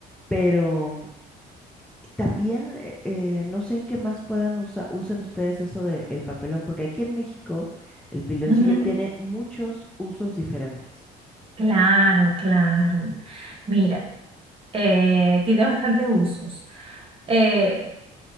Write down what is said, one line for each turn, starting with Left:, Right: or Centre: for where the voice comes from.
Centre: Pero también eh, eh, no sé en qué más puedan usar, usen ustedes eso del papelón, porque aquí en México el piloncillo
Right: Ujú.
Centre: tiene muchos usos diferentes.
Right: Claro, claro. Mira, eh, tiene bastantes usos. Eh,